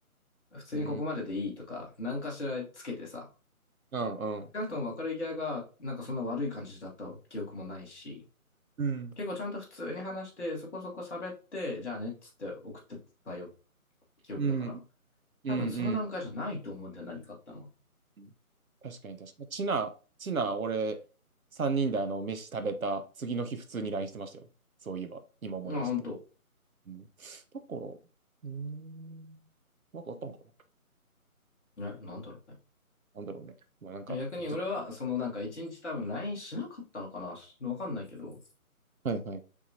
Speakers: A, on the left (about 50°); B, on the right (about 70°).
A: 普通にここまででいいとか、
B: うん。
A: 何かしらつけてさ。
B: うん、うん。
A: 少なくとも別れ際が、なんかそんな悪い感じだった記憶もないし、
B: うん。
A: 結構ちゃんと普通に話して、そこそこ喋って、じゃあねっつって送ってたよ、記憶だから。
B: うん、
A: 多分その段階じゃないと思うんだよ、
B: うん、
A: 何かあったのは。
B: うん。確かに、確かに。チナ、チナ、俺、3人であの、飯食べた次の日、普通にラインしてましたよ。そういえば、今思い出したけど。
A: うん、本当
B: うん。だから、うーん。なんかあったんかな
A: え、なんだろうね。
B: なんだろうね。まあなんか、
A: 逆に俺は、
B: ちょっ
A: そのなんか一日多分 LINE しなかったのかなしわかんないけど、
B: はいはい。